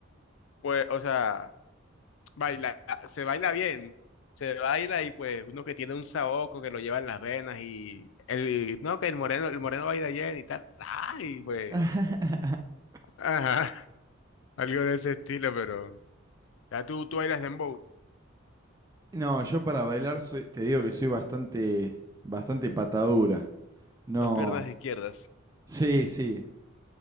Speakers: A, on the left; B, on the right.
A: Pues, o sea, baila, se baila bien, se baila y pues uno que tiene un saoco que lo lleva en las venas y el, no, que el moreno, el moreno baila bien y tal, ay, pues,
B: <laughs>
A: ajá, <laughs> algo de ese estilo, pero. Ya tú, tú bailas dembow.
B: No, yo para bailar soy, te digo que soy bastante, bastante patadura. No,
A: Dos piernas izquierdas.
B: sí, sí.